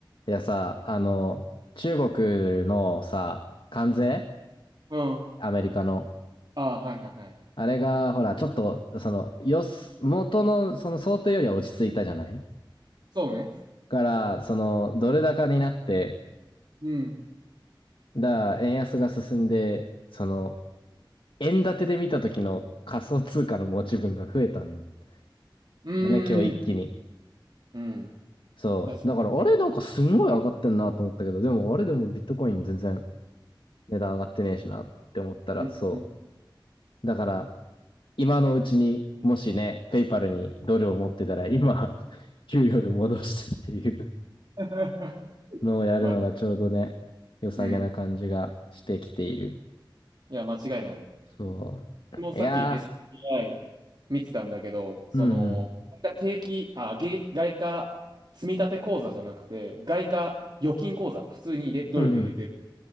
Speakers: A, on the left (about 85°); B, on the right (about 60°).
A: いやさ、あの、中国のさ、関税
B: うん。
A: アメリカの。
B: ああ、はいはいはい。
A: あれが、ほら、ちょっと、その、よす、元の、その想定よりは落ち着いたじゃない
B: そうね。
A: から、その、ドル高になって、
B: うん。
A: だから、円安が進んで、その、円建てで見た時の仮想通貨の持ち分が増えたん
B: うーん。
A: だね、今日一気に。
B: うん。
A: そう。
B: 確かに。
A: だから、あれ、なんかすんごい上がってんなと思ったけど、でも、あれでもビットコイン全然値段上がってねえしなって思ったら、
B: <laughs> うん。
A: そ
B: うん
A: う。だから、今のうちに、もしね、ペイパルにドルを持ってたら、今、<laughs> 給与で戻してっていう
B: <laughs>
A: のをやるのがちょうどね、
B: まあ、
A: 良さげな感じがしてきている。
B: うん。いや、間違いないね。
A: そ
B: もうさっき
A: う。いや
B: SBI 見てたんだけど、その、
A: ー、うんうん。
B: 定期、あ、げ外貨積立口座じゃなくて、外貨預金口座、普通に入れ、ドルで入れてる、
A: うんうん。